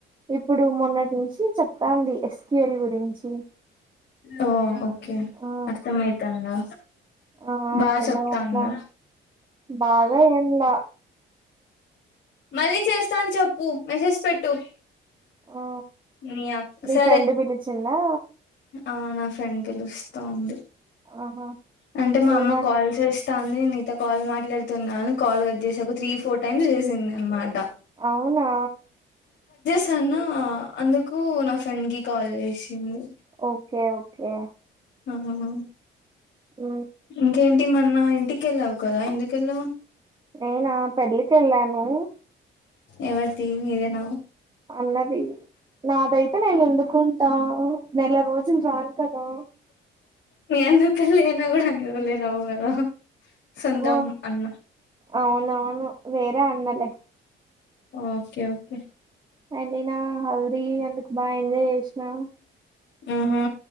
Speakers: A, on the right (about 25°); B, on the left (about 65°).
A: ఇప్పుడు మొన్నటి నుంచి చెప్తాంది ఎస్క్యూఎల్ గురించి
B: అహ కే
A: ఆ
B: అర్థం అయితాందా
A: ఆ
B: బా
A: ఏదో
B: చెప్తాంద
A: అట్లా బాగా ఏంలే
B: మళ్ళీ చేస్తా అని చెప్పు మెసేజ్ పెట్టు
A: ఆ
B: నీ అక్
A: మీ
B: సరే
A: ఫ్రెండ్ పిలిచిందా
B: ఆ నా ఫ్రెండ్ పిలుస్తా ఉంది
A: ఆహా
B: అంటే మా
A: ఏమంట
B: అమ్మ కాల్ చేస్త తంది నీతో కాల్ మాట్లాడుతున్నాను అని కాల్ కట్ చేసి ఒక త్రీ ఫోర్ టైమ్స్ చేసింది అనమాట
A: అవునా
B: చనా అందుకు నా ఫ్రెండ్ కి కాల్ చేసింది
A: ఓకే ఓకే
B: ఆహహ
A: ఉ
B: ఇంకేంటి మోన్న ఇంటికెళ్ళావు కదా ఎందుకెళ్ళవు
A: నేనా పెళ్లికి వెళ్ళాను
B: ఎవరిది నిదేన
A: అన్నది నాదైతే నేను ఎందుకుంటా నెల రోజులు రాను కదా
B: మీ అన్నా పెళ్ళి అయిన కూడా అని రోజులే రావు కదా సొంతం
A: ఆ
B: అన్న
A: అవునవును వేరే అన్నలే
B: ఓకే ఓకే
A: ఏళ్ళిన హల్దీ అందుకు బాగా ఎంజాయ్ చేసినా
B: ఉ హ